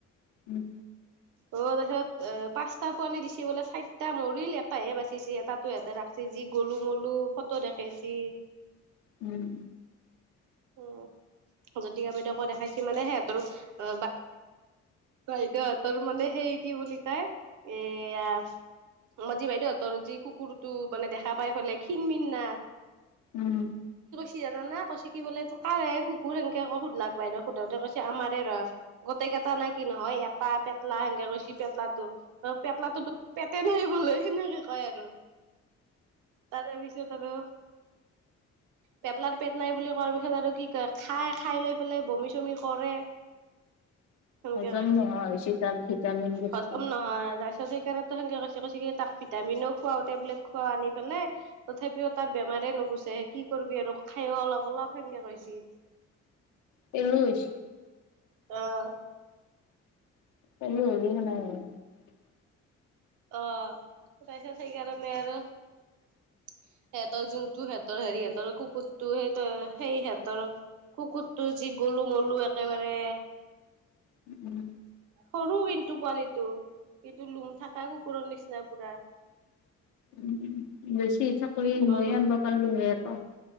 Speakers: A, on the left; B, on the right.
A: উম!
B: অ'! তাৰপিছত, অ' পাঁচটা পোৱালি দিছে বোলে। চাৰিটা মৰিল, এটাহে বাচিছে। এটাতো ইহঁতে ৰাখিছে। যি গলো মলো ফটো দেখাইছি।
A: উম!
B: উম, জতিকা বাইদেউক দেখাইছি মানে, সিহঁতৰ অ' বা বাইদেউহঁতৰ মানে, সেই কি বুলি কয় এয়া আমাৰ যি বাইদেউহঁতৰ যি কুকুৰটো মানে, দেখা পাই পেলাই ক্ষীণ মিন না।
A: উম!
B: কি জানানে কি বোলে এইটো কাৰ এই, কুকুৰ সেনকে আকৌ সোধলাক, বাইদেউ সোধাওতে কৈছে, আমাৰে হয়। গোটেইকেইটা কি নহয়। এটা পেটলা সেনকে কৈছি। পেটলাটো অ' পেটলাটো পেটে নাই বোলে, সেনেকে কয় আৰু। তাৰেপিছত আৰু পেটলাৰ পেট নাই বুলি কৱাৰ পিছত আৰু কি কয়, খায়, খায়, লৈ পেলাই বমি চমি কৰে। সেনেক
A: হজম
B: কৈছে,
A: নোহোৱা হৈছি তাৰ ভিটামিন বস্তু
B: হজম নহয়। সেইকাৰণে, কে কৈছে কি, তাক ভিটামিনো খোৱাওতে খোৱও আনি পেলে। তথাপিও তাৰ বেমাৰ নুগুচে। কি কৰিবি আৰু খাইও অলপ, অলপ সেনেকে কৈছি।
A: পেলু হৈছি।
B: অ'!
A: <unintelligible>
B: অ'! পইচা সেইকাৰনে আৰু সিহঁতৰ, যোনটো সিহঁতৰ হেৰি, সিহঁতৰ কুকুৰটো সেই, সেই সিহঁতৰ কুকুৰটো যি গলো মলো একেবাৰে।
A: উম
B: সৰু কিন্তু পোৱালিটো। কিন্তু, লুম থাকা কুকুৰৰ নিচিনা পুৰা।
A: উম, বেছি থাকলি
B: গলু
A: মইয়ে আনিব পাৰিলো হে এটা।